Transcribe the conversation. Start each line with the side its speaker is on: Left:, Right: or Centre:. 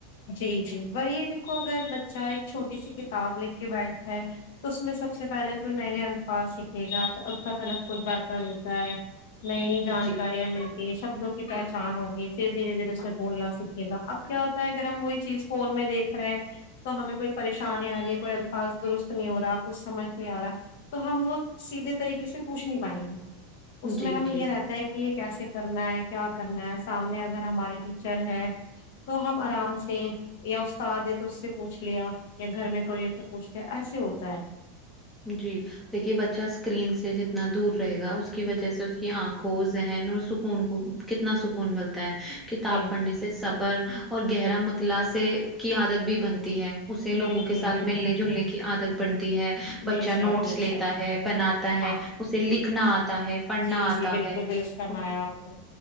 Left: جی جی وہی دیکھو اگر بچہ ایک چھوٹی سی کتاب لے کے بیٹھتا ہے تو اس میں سب سے پہلے تو نئے نئے الفاظ سیکھے گا تو الت الگ بہتر ہوتا ہے نہیں نہیں جانکاریا
Centre: جی
Left: اپ مل تی ہے شبدوں کی پہچان ہوگی پھر دھیرے دھیرے اسے بولنا سیکھے گا اب کیا ہوتا اگر ہم وہی چیز فون میں دیکھ رہے ہیں تو ہمیں کوئی پریشانی آ رہی ہے کوئی الفاظ درست نہیں ہو رہا کچھ سمجھ نہیں آ رہا تو ہم وہ سیدھے طریقے سے پوچھ نہیں پائیں گے اس
Centre: جی
Left: میں ہمیں
Centre: جی
Left: یے رہتا ہے کی یے کیسے کرنا ہے کیا کرنا ہے سامنے اگر ہمارے ٹیچر ہے تو ہم آرام سے یا استاد ہے تو اس سے پوچھ لیا یا گھر میں کوئی ہے تو پوچھ لیا ایسے ہوتا ہے
Centre: جی دیکھیے بچہ اسکرین سے جتنا دور رہے گا اس کی وجہ سے اس کی آنکھوں ذہن اور سکون کو کتنا سکون ملتا ہے کتاب
Left: ہے بالکل
Centre: پڑھنے سے صبر اور گہرا مطلاع سے کی عادت بھی بنتی ہے اسے لوگوں
Left: بالکل
Centre: کے ساتھ
Left: بالکل
Centre: ملنے جلنے کی عادت بڑتی ہے بچہ
Left: بے شک
Centre: نوٹس
Left: بے
Centre: لیتا
Left: شک
Centre: ہے بناتا ہے
Left: ہاں
Centre: اسے لکھنا آتا ہے پڑھنا
Left: جی
Centre: آتا
Left: جی بالکل
Centre: ہے اور
Left: درست فرمایا آپ نے